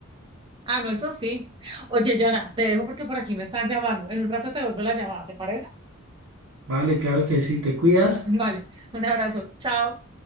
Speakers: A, on the right; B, on the right.
A: Ah, no, eso sí. Oye, Jonah, te dejo porque por aquí me están llamando. En un rato te vuelvo la llamada, ¿te parece?
B: Vale, claro que sí, te cuidas.
A: Vale, un abrazo. Chao.